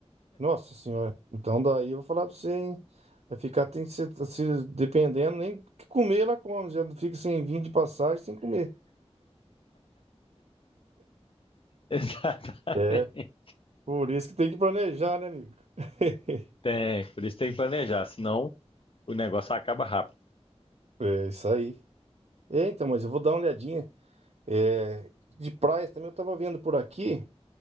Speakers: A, on the right; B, on the left.
A: Nossa senhora. Então daí eu vou falar pra você, hein? Vai ficar, tem que ser, se, dependendo, nem que comer ela come, já não fica sem vinho de passagem, sem comer.
B: <laughs> Exatamente.
A: É, por isso que tem que planejar, né, amigo? <laughs>
B: É, por isso tem que planejar, senão o negócio acaba rápido.
A: É, isso aí. É, então, mas eu vou dar uma olhadinha. É, de praias também eu tava vendo por aqui,